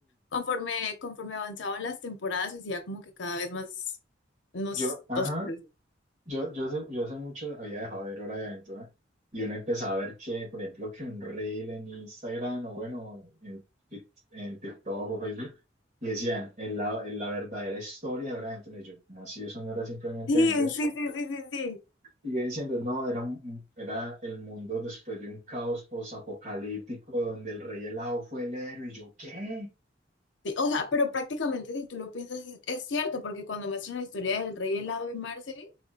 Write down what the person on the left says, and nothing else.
conforme conforme avanzaban las temporadas se hacía como que cada vez más nos
oscuro.
Sí,
sí, sí, sí, sí, sí.
Sí, o sea, pero prácticamente si tú lo piensas es, es cierto, porque cuando muestran la historia del rey helado y Marceline